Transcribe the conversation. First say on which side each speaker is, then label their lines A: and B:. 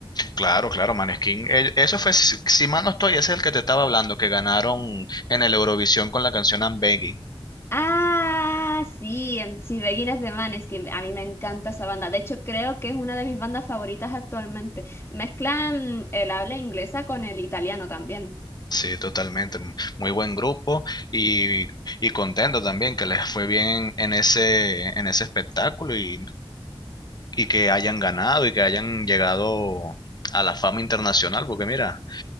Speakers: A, on the left; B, on the left.
A: Claro, claro, Maneskin. El- Eso fue, si si mal no estoy, ese es el que te estaba hablando, que ganaron en el Eurovisión con la canción I'm Begging.
B: Ah, sí, en, sí, Beginners de Maneskin. A mí me encanta esa banda. De hecho, creo que es una de mis bandas favoritas actualmente. Mezclan el habla inglesa con el italiano también.
A: Sí, totalmente. m- Muy buen grupo y, y contento también que les fue bien en ese, en ese espectáculo y, y que hayan ganado y que hayan llegado a la fama internacional, porque mira,